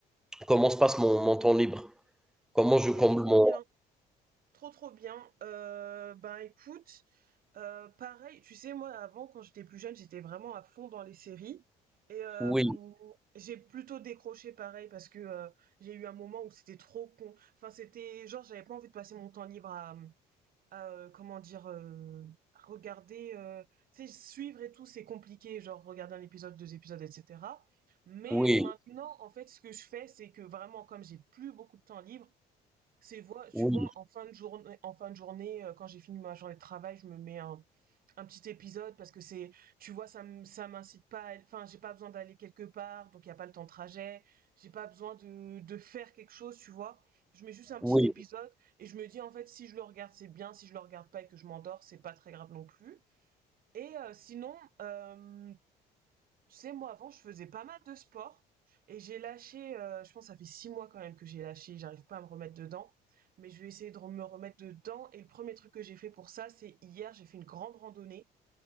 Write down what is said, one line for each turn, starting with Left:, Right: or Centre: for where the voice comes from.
Centre: comment se passe mon, mon temps libre. Comment
Right: Ok,
Centre: je comble
Right: trop
Centre: mon...
Right: bien, trop trop bien. Euh, ben, écoute. Euh, pareil, tu sais, moi avant, quand j'étais plus jeune, j'étais vraiment à fond dans les séries. Et euh,
Centre: Oui,
Right: j'ai plutôt décroché pareil parce que euh, j'ai eu un moment où c'était trop con. Enfin, c'était genre j'avais pas envie de passer mon temps libre à, à, euh, comment dire euh, à regarder, euh, tu sais, suivre et tout, c'est compliqué. Genre regarder un épisode, deux épisodes, etc. Mais
Centre: oui,
Right: maintenant, en fait, ce que je fais, c'est que vraiment, comme j'ai plus beaucoup de temps libre, c'est vois, tu
Centre: oui,
Right: vois, en fin de journée, en fin de journée, euh, quand j'ai fini ma journée de travail, je me mets un un petit épisode parce que c'est tu vois ça m- ça m'incite pas à aller- enfin j'ai pas besoin d'aller quelque part donc il y a pas le temps de trajet j'ai pas besoin de de faire quelque chose tu vois je mets juste un petit
Centre: oui.
Right: épisode et je me dis en fait si je le regarde c'est bien si je le regarde pas et que je m'endors c'est pas très grave non plus et euh, sinon euh, tu sais moi avant je faisais pas mal de sport et j'ai lâché euh, je pense que ça fait six mois quand même que j'ai lâché j'arrive pas à me remettre dedans mais je vais essayer de me remettre dedans et le premier truc que j'ai fait pour ça c'est hier j'ai fait une grande randonnée